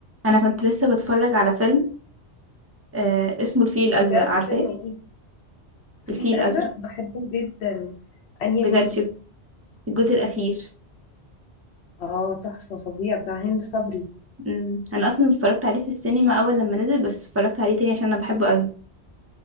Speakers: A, on the right (about 20°); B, on the left (about 70°).
A: انا كنت لسه بتفرج على فيلم آه اسمه الفيل الازرق
B: بجد
A: عارفاه
B: فيلم ايه الفيل
A: الفيل
B: الازرق
A: الازرق
B: بحبه جدا انهي
A: بجد
B: جزء
A: شوف الجزء الاخير
B: اه تحفه فظيع بتاع هند صبري
A: مم. انا اصلا اتفرجت عليه في السينما اول لما نزل بس اتفرجت عليه تاني عشان انا بحبه قوي